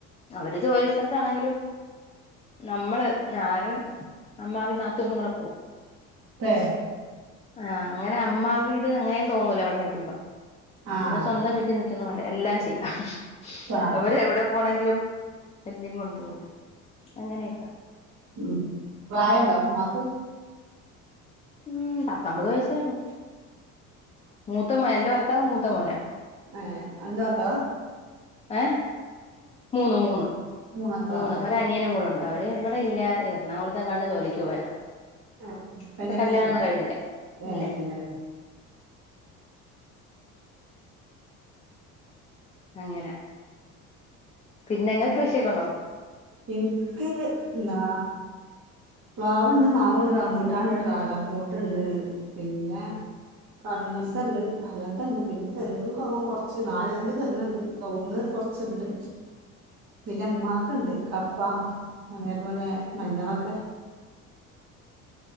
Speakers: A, on the left (about 15°); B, on the right (about 45°).
A: അവര് ജോലി സ്ഥലത്താണെങ്കിലും നമ്മള് ഞാനും അമ്മാവി നാത്തൂന്നും കൂടെ പോവും
B: പേ
A: ആ അങ്ങനെ അമ്മാ വീട് അങ്ങനയേ തോന്നൂല ഇവിട നിക്കുമ്പോ
B: ആഹ്
A: നമ്മടെ സ്വന്തം വീട്ടി നിൽ ക്കുന്ന പോലെ എല്ലാം ചെയ്യാം
B: പ്രാ
A: അവരെവിടെ പോണമെങ്കിലും എന്നേം കൊണ്ടു പോകും അങ്ങനെയൊക്കാ
B: ഉം പ്രായുണ്ടാ ഉമ്മാക്ക്
A: ഉം പത്തമ്പത് വയസ് വരും മൂത്ത മോൻ എന്റെ ഭർത്താവ് മൂ ത്തമോനാ
B: ഏ എന്താ മക്കളെ
A: ഏ മൂന്ന് മൂന്ന്
B: മക്കളാ
A: മൂന്ന്
B: ആഹ്
A: ഒരനിയനും കൂടുയുണ്ട് അവര് ഇവിടെ ഇല്ല എറണാകുളത്തെങ്ങാണ്ട് ജോലിക്ക് പോയതാ
B: ആ
A: അവരുടെ
B: കല്യാണം
A: കല്യാണൊന്നും
B: കഴിച്ചോ
A: കഴിഞ്ഞില്ല
B: ഏ
A: ഇല്ല
B: ഇല്ലാ
A: അങ്ങനെ പിന്നെ നിങ്ങക്ക് കൃഷിയൊക്കെ ഉണ്ടോ
B: എനിക്ക് നാ പ്ലാവുണ്ട്, മാവുണ്ട്, അമ്പൂട്ടാണ്ട് ഡ്രാഗൺഫ്രൂട്ടിണ്ട് പിന്നെ കൻസ് ത്തെണ്ട് അങ്ങത്തണ്ട് പിന്നെ തെങ്ങും, കൗങ്ങും കൊറച്ച് നാല് അഞ്ച് തെങ്ങുണ്ട് കവുങ്ങ് കൊറച്ചുണ്ട് പിന്നെ അമ്മാക്കുണ്ട് കപ്പ അതേപോലെ മഞ്ഞളൊക്കെ